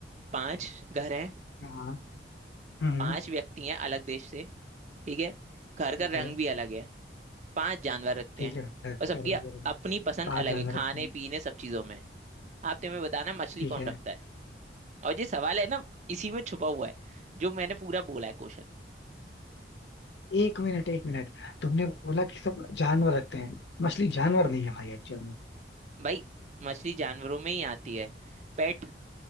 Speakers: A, on the right; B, on the left.
A: पांच घर हैं
B: हाँ हम्म
A: पांच व्यक्ति हैं अलग देश से ठीक है घर का
B: ठीक
A: रंग
B: है
A: भी अलग है पांच जानवर रखते
B: ठीक
A: हैं
B: है घर
A: और सबकी
B: का रंग भी अलग है
A: अपनी पसंद
B: पांच
A: अलग
B: जानवर
A: है खाने
B: रखते हैं
A: पीने सब चीजों में आप तुम्हें बताना है, मछली
B: ठीक
A: कौन
B: है
A: रखता है और ये सवाल है ना इसी में छुपा हुआ है जो मैंने पूरा बोला है क्वेश्चन
B: एक मिनट एक मिनट तुमने बोला कि सब जानवर रखते हैं मछली जानवर नहीं है भाई एक्चुअल में
A: भाई मछली जानवरों में ही आती है पेट